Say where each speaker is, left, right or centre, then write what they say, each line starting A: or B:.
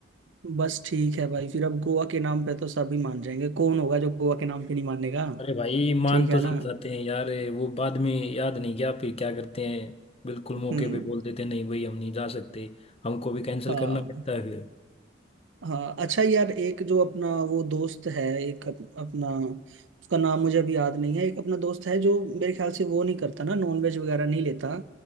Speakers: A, on the right; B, on the left.
A: बस ठीक है भाई फिर अब गोवा के नाम पे तो सभी मान जाएंगे कौन होगा जो गोवा के नाम पे नहीं मानेगा
B: अरे भाई मान
A: ठीक
B: तो
A: है ना
B: सब जाते हैं यार ये वो बाद में याद नहीं क्या फिर क्या करते हैं बिल्कुल मौके
A: हम्म
B: पे बोल देते नहीं भाई हम नहीं जा सकते हमको भी कैंसिल
A: हाँ
B: करना पड़ता है फिर
A: हाँ अच्छा यार एक जो अपना वो दोस्त है एक अप, अपना उसका नाम मुझे अभी याद नहीं है एक अपना दोस्त है जो मेरे ख्याल से वो नहीं करता ना नॉन वेज वगैरह नहीं लेता